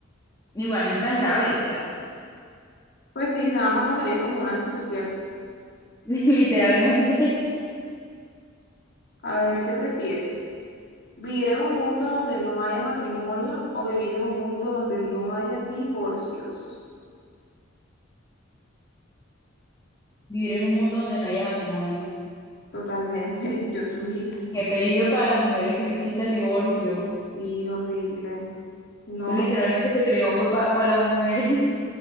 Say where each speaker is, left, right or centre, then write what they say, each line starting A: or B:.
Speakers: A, on the left; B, on the left.
A: Igual no es tan grave, o sea,
B: Pues sí, nada más pasaría como un antisocial.
A: <laughs> literalmente
B: A ver, ¿qué prefieres? Vivir en un mundo donde no haya matrimonio o vivir en un mundo donde no haya divorcios.
A: vivir en un mundo donde no haya matrimonio.
B: Totalmente, <laughs> yo también.
A: Qué peligro para las mujeres que no exista el divorcio.
B: Sí, horrible. No,
A: Eso literalmente se creó fue para las mujeres.